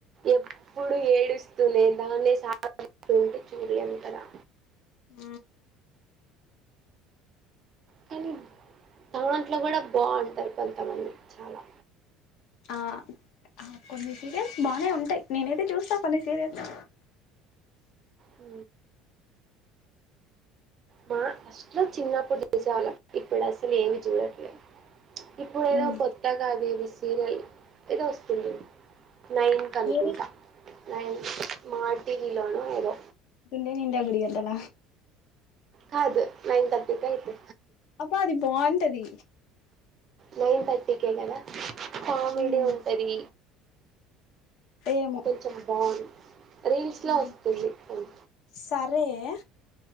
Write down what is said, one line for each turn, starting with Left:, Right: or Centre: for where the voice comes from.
Right: ఎప్పుడు ఏడుస్తూనే దాన్నే సాగ తీస్తుంటే చూడలేం కదా
Left: ఊ
Right: కానీ దాంట్లో కూడా బావుంటరు కొంతమంది చాలా
Left: ఆ హ కొన్ని సీరియల్స్ బానే ఉంటయి నేనైతే చూస్తా కొన్ని సీరియల్స్
Right: ఊ మా ఫస్ట్లో చిన్నప్పుడు చూసేవాళ్ళం ఇప్పుడు అసలు ఏమి చూడట్లే ఇప్పుడేదో
Left: మ్మ్
Right: కొత్తగా అదేది సీరియల్ ఏదో వస్తుంది. నైన్ కి అనుకుంటా
Left: ఏది
Right: న మాటివి లోనొ ఏదో
Left: గుండే నిండా గుడిగంటల
Right: కాదు నైన్ థర్టీకి అయితే
Left: అబ్బా అది బాగుంటది.
Right: నైన్ థర్టీకెగదా కామెడీ
Left: మ్మ్
Right: ఉంటది,
Left: ఏమో
Right: కొంచం బా రీల్స్ లో
Left: మ్మ్
Right: వస్తుంది అది
Left: సరే